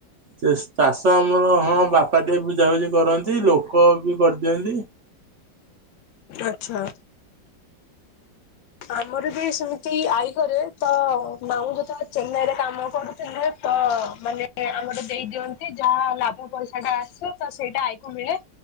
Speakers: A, on the right (about 55°); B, on the left (about 80°).
A: ସେ ଚାଷ ଆମର ହଁ ବାପା ଟିକେ ବୁଝାବୁଝି କରନ୍ତି ଲୋକ ବି କରିଦିଅନ୍ତି।
B: ଆଛା। ଆମର ବି ସେମିତି ଆଈ କରେ ତ ମାମୁଁ ଯେତେବେଳେ ଚେନ୍ନାଇରେ କାମ କରୁଥିଲେ ତ ମାନେ ଆମରେ ଦେଇ ଦିଅନ୍ତି ଯାହା ଲାଭ ପଇସା ଟା ଆସେ ତ ସେଇଟା ଆଈକୁ ମିଳେ।